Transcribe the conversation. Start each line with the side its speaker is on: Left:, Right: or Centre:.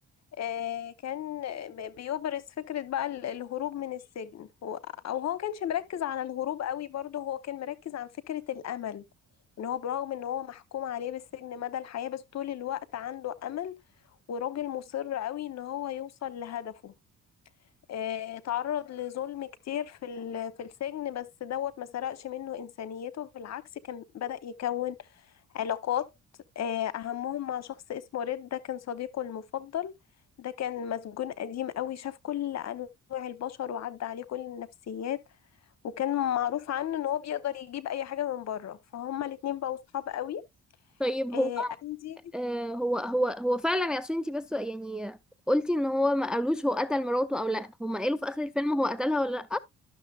Left: آه، كان ب- بيبرز فكرة بقى ال- الهروب من السجن هو او هو كانش مركز على الهروب قوي برضه هو كان مركز عن فكرة الامل ان هو برغم ان هو محكوم عليه بالسجن مدى الحياة بس طول الوقت عنده امل وراجل مصر قوي ان هو يوصل لهدفه آه، اتعرض لظلم كتير في ال- في السجن بس دوت ما سرقش منه إنسانيته بالعكس كان بدأ يكون علاقات آه، أهمهم مع شخص اسمه ريد ده كان صديقه المفضل ده كان مسجون قديم قوي شاف كل أنواع البشر وعدى عليه كل النفسيات وكان معروف عنه إن هو بيقدر يجيب أي حاجة من بره فهما الاتنين بقوا صحاب قوي
Centre: طيب هو
Left: آه، أندي
Centre: آه، هو هو هو فعلا عشان انتي بس يعني قلتي ان هو ما قالوش هو قتل مراته او لا هما قالوا في اخر الفيلم هو قتلها ولا لا